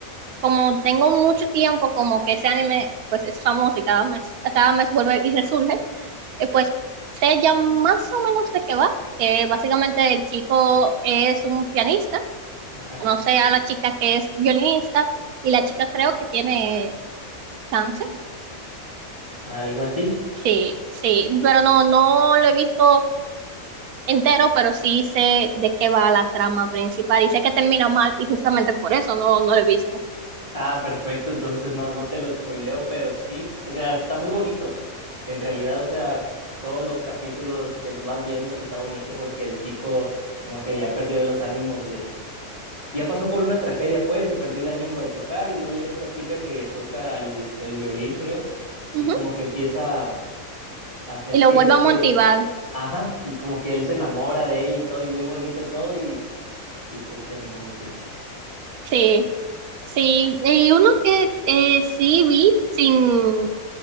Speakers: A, on the right; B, on the left.
A: como tengo mucho tiempo, como que ese anime pues es famoso y cada mes, cada mes vuelve y resurge, eh, pues sé ya más o menos de qué va, que básicamente el chico es un pianista,
B: ajá,
A: conoce a la chica que es violinista y la chica creo que tiene cáncer.
B: algo así.
A: Sí, sí, pero no, no lo he visto entero, pero sí sé de qué va la trama principal y sé que termina mal y justamente por eso no, no lo he visto.
B: Ah, perfecto, entonces no, no te lo spoileo, pero sí, o sea, está muy bonito. En realidad, o sea, todos los capítulos que los vas viendo, pues está bonito porque el chico como que ya perdió los ánimos de... Ya pasó por una tragedia, pues, y perdió el ánimo de tocar, y luego llega esta chica que toca el, el violín, creo,
A: Ujú.
B: y como que empieza a hacer
A: Y lo
B: que
A: vuelvo
B: este...
A: a motivar,
B: Ajá, y como que él se enamora de ella y todo, y muy bonito todo, y, y pues termina muy triste.
A: sí, sí. Y uno que eh, sí vi sin,